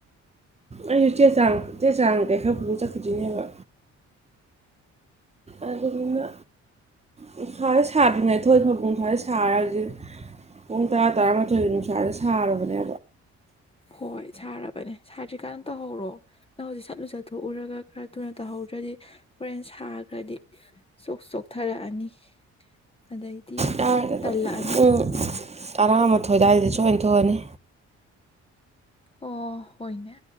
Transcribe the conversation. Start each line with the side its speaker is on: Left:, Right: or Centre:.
Right: ꯑꯩꯖꯤ ꯆꯦ ꯆꯥꯡ ꯆꯦ ꯆꯥꯡ ꯀꯩ ꯈꯔ ꯄꯨꯔꯥ ꯆꯠꯈꯤꯗꯣꯏꯅꯦꯕ꯫ ꯑꯗꯨꯗꯨꯅ ꯅꯨꯡꯁꯥꯖꯦ ꯁꯥꯗ꯭ꯔꯤꯉꯩ ꯊꯣꯛꯑꯗ ꯅꯨꯡꯁꯥꯖꯦ ꯁꯥꯔ ꯍꯧꯖꯤꯛ ꯄꯨꯡ ꯇꯔꯥ ꯇꯔꯥꯃꯥꯊꯣꯏꯒꯤ ꯅꯨꯡꯁꯥꯥꯖꯖꯦ ꯁꯥꯔꯕꯅꯦ
Left: ꯍꯣꯏ ꯁꯥꯔꯕꯅꯦ ꯁꯥꯗꯔꯤ ꯀꯥꯟ ꯇꯧꯍꯧꯔꯣ ꯅꯪ ꯍꯧꯖꯤꯛ ꯁꯠ ꯂꯨꯖꯊꯣꯛꯎꯔꯒ ꯈꯔ ꯊꯨꯅ ꯇꯧꯍꯧꯗ꯭ꯔꯗꯤ ꯍꯣꯔꯦꯟ ꯁꯥꯈ꯭ꯔꯗꯤ ꯆꯣꯛ ꯆꯣꯛꯊꯔꯛꯑꯅꯤ꯫ ꯑꯗꯩꯗꯤ
Right: ꯌꯥꯔꯦꯗ ꯑꯗꯨꯝ
Left: ꯇꯜꯂꯛꯑꯅꯤ꯫
Right: ꯄꯨꯡ ꯇꯔꯥꯃꯥꯊꯣꯏ ꯑꯗꯥꯏꯗꯗꯤ ꯁꯣꯢ ꯊꯣꯛꯑꯅꯤ꯫
Left: ꯑꯣ ꯍꯣꯏꯅꯦ